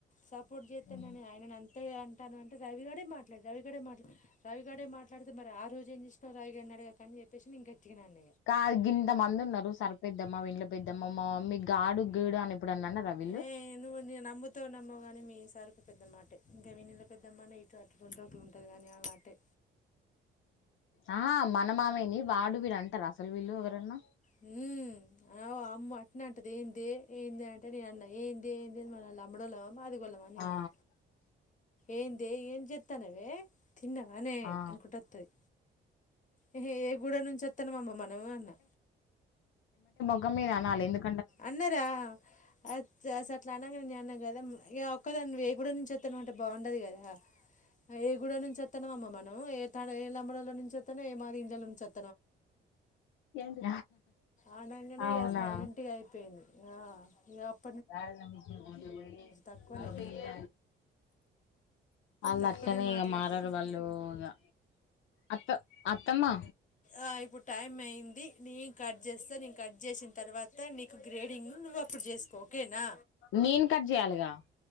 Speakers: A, on the left; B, on the left.
A: సపోర్ట్ చేస్తానని
B: ఉమ్
A: ఆయన అంతే అంటాను అంటే రవిగాడే మాట అట్లా రవిగడే మాట్లా రవిగడే మాట్లాడితే మరి ఆ రోజు ఏం చేసినవు రవిగాన్ని అఅడగకుండా అని చెప్పేసి నేను గట్టిగా అన్న
B: కా గింత మంది ఉన్నారు సరిపోద్దమా వింల పెద్దమా మా మమ్మీ గాడు గీడు అని ఎప్పుడన్నా అన్నారా వీళ్ళు
A: ఏ నువ్వు నమ్ముతవో నమ్మవో కాని మీ సరిపో పెద్ద మాటే ఇంకా వీని పెద్దమ్మానే వినితొ ఎట్లా ఉండాలో అట్లుంటాది కానీ ఆమె అటే
B: ఆ ఆ మన మామయ్యని వాడు వాడు అంటార అసలు వీళ్ళు ఎవరన్నా
A: హ అ అమ్మ అట్నే అంటది ఏంది ఎ ఏంది తాను అంటే నిను అన్న ఏందె ఏందె మనం లమ్మడోల్లమా మాదిగళ్లమా అని
B: ఆ
A: అన్న ఏందె ఏం చెత్తాన్నావే తిన్నావానే
B: ఆ
A: అనుకుంటా వత్తది ఏహె ఎగుడెం నుంచి వ ఇస్తానవమ్మ మనము అన్నా
B: తమ్మాయ అనాలి ఎందుకు
A: అన్నారా అ అసలు అట్లా అనకండి అన్నా కదా నిను ఒక్కదాన్ని ఎ గుడ నుంచి వ ఇత్తనం అంటే బాగుండది కదా ఏ గుడెం నుంచి వత్తన్నవ్ అమ్మ మనం ఏ తండా ఏ లంబడల్ల నుంచి వత్తన్నం ఏ దీంట్లో ముంచామ్
B: ఏంటి
A: ఆడంగానే
B: అవునా
A: ఇక సైలెంట్గా అయిపోయింది ఆ మ్యాప్
B: కారంగా అనిపించింది
A: తక్కువనే
B: అల్
A: తక్కువనే
B: అట్లనే
A: మాట్లాడుతుంది
B: ఈగ మారరు వాళ్ళు ఇగ అత్త అత్తానే మ్మా
A: ఆ ఇప్పుడు టైం అయ్యంది నేను కట్ చేస్తా నేను కట్ చేసిన తర్వాత నీకు గ్రేడింగ్ నువ్వు అప్పుడు చేసుకో ఓకేనా
B: నేను కట్ చేయాలిగా